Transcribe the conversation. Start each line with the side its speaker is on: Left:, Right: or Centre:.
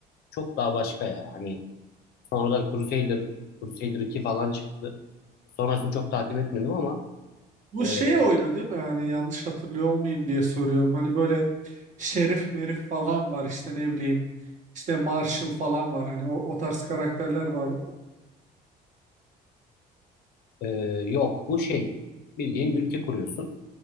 Left: çok daha başka ya. Hani sonradan Crusader, Crusader 2 falan çıktı. Sonrasını çok takip etmedim ama
Right: Bu
Left: ee,
Right: şey oyunu değil mi? Yani yanlış hatırlıyor olmayayım diye soruyorum. Hani böyle şerif merif falan var işte ne bileyim. işte Marshall falan var. Hani o, o tarz karakterler var. O-
Left: ee, yok bu şey bildiğin ülke kuruyorsun.